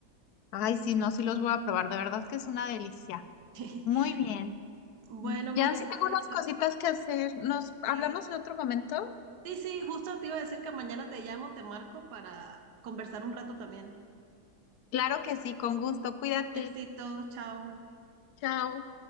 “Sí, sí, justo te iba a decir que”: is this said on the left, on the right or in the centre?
Right